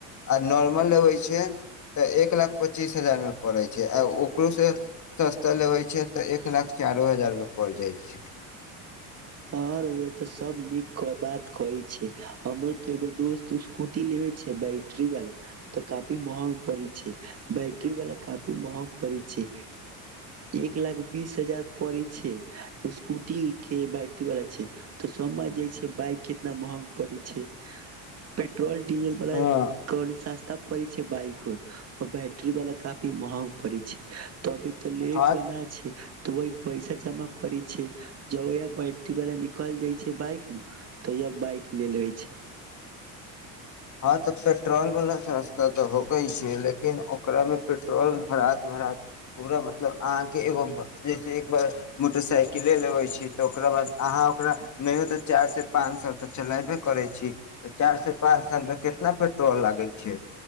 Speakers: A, on the left; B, on the right.
A: आ नॉर्मल अबैय छैक तऽ एक लाख पच्चीस हजारमे पड़ैय छैक आ ओकरोसँ सस्ता लेबैय छैक तऽ एक लाख चारो हजारमे पड़ि जाइ छैक
B: आओर तऽ सब नीक बात कहय छैक हमरो तऽ एगो दोस्त स्कूटी लेबे छै बैटरी वाला तऽ काफी महग पड़ी छै बैटरी वाला काफी महग पड़ै छै एक लाख बीस हजार परै छै ओ स्कूटी के बै टरी वाला छै तऽ सय जे छै बाइक केँ नहि महग पड़ै छै पेट्रोल डिज़ल बला
A: हँ
B: कनि सस्ता परै छैक बाइक होब बैट्री वाला तऽ काफी महग पड़ैय छैक त अभी तऽ लेग
A: हँ
B: बना छैक त ओहि पैसा जमा करय छैक जब बैटरी बला निकल जाइत छैक न बाइक त बाइक ले लेबय छैक
A: हँ तऽ पेट्रोलवला तऽ सस्ता त होबै छैक लेकिन ओकरामें पेट्रोल भरा भरा पूरा मतलब अहाँके एगो जैसे एक बार मोटरसाइकिले लेबय छी तऽ ओकरा बाद अहाँ ओकरा नहि तऽ चारिसँ पाँच साल तऽ चलेबे करैत छी तऽ चारिसँ पाँचा मे कितना पेट्रोल लागय छैक